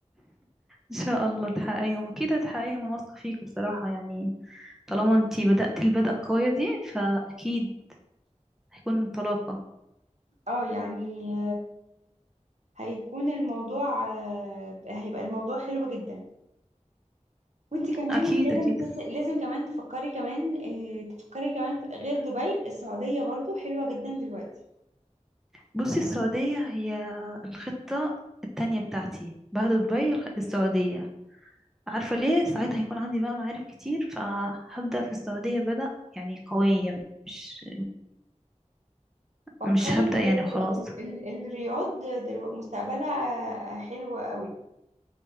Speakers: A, in the centre; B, on the right.
A: إن شاء الله تحققيهم أكيد هتحققيهم أنا واثقة فيك بصراحة يعني طالما أنتي بدأت البدءة القوية دي فأكيد هيكون انطلاقة
B: اه يعني هيكون الموضوع آه، هيبقى الموضوع حلو جدا وانت كمان
A: أكيد
B: لازم
A: أكيد
B: تس... لازم كمان تفكري كمان آه، تفكري كمان في- غير دبي السعودية برضو حلوة جدا دلوقتي
A: بصي السعودية هي الخطة التانية بتاعتي بعد دبي الخ- السعودية عارفة ليه ساعتها هيكون عندي بقى معارف كتير فهبدأ في السعودية بدأ يعني قوية مش
B: فكري
A: مش هبدأ
B: في ال-
A: يعني وخلاص
B: ال- ال- الرياض دلو- مستقبلها آه، حلو قوي